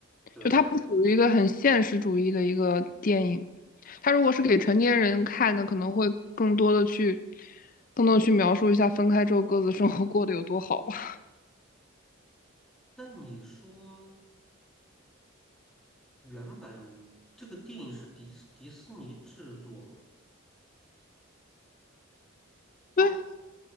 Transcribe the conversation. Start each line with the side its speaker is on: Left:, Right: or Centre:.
Centre: 对，
Left: 就它不属于一个很现实主义的一个电影，它如果是给成年人看的，可能会更多的去更多的去描述一下分开之后各自生活过得有多好吧。
Centre: 那你说原本这个电影是迪斯迪士尼制作，
Left: 对，
Centre: 那